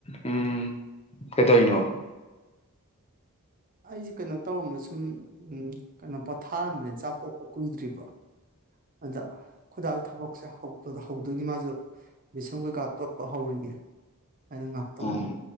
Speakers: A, on the left; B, on the right.
A: ꯎꯝ ꯀꯗꯧꯏꯅꯣ
B: ꯑꯩꯁꯦ ꯀꯩꯅꯣ ꯇꯧꯔꯝꯕ ꯁꯨꯝ ꯀꯩꯅꯣ ꯄꯣꯊꯥꯔꯝꯕꯅꯤ ꯆꯥꯛ ꯇꯣꯛꯄ ꯀꯨꯏꯗ꯭ꯔꯤꯕ ꯑꯗ ꯈꯣꯏꯗꯥꯖꯨ ꯊꯕꯛꯁꯦ ꯍꯧꯗꯨꯏꯒꯤ ꯃꯥꯁꯨ ꯕꯦꯁꯣꯟ ꯀꯩꯀꯥ ꯇꯣꯠꯄ ꯍꯧꯔꯤꯅꯦ ꯑꯩꯅ ꯉꯥꯏꯍꯥꯛꯇꯪ
A: ꯑꯣ